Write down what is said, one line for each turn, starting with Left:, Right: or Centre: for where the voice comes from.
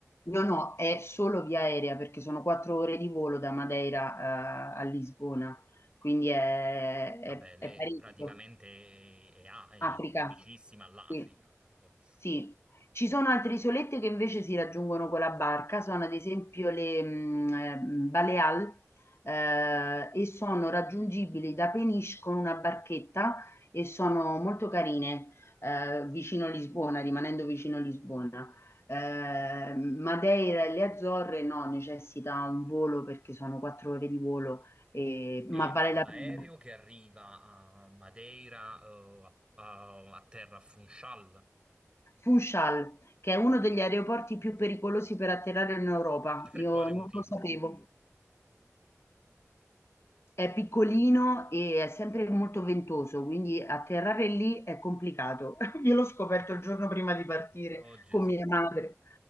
Left: No, no, è solo via aerea perché sono 4 ore di volo da Madeira eh, a Lisbona, quindi è, è-
Right: Vabbè, lei
Left: è parecchio.
Right: praticamente è, è, a- è
Left: Africa,
Right: vicinissima all'Africa,
Left: sì.
Right: capisco.
Left: Sì. Ci sono altre isolette che invece si raggiungono con la barca, sono ad esempio le mh, eh, Baleal eh, e sono raggiungibili da Peniche con una barchetta e sono molto carine eh, vicino Lisbona, rimanendo vicino Lisbona. Eh, Madeira e le Azzorre no, necessita un volo perché sono quattro ore di volo, eh,
Right: E,
Left: ma
Right: ma
Left: vale
Right: l'aereo
Left: la pena.
Right: che arriva a Madeira, eh, a, a- a terra a Funchal,
Left: Funchal, che è uno degli aeroporti più pericolosi per atterrare in Europa.
Right: <laughs> per
Left: Io
Right: quale
Left: non
Right: motivo?
Left: lo sapevo. È piccolino e è sempre molto ventoso, quindi atterrare lì è complicato. <laughs> Io l'ho scoperto il giorno prima di partire
Right: Oh Gesù.
Left: con mia madre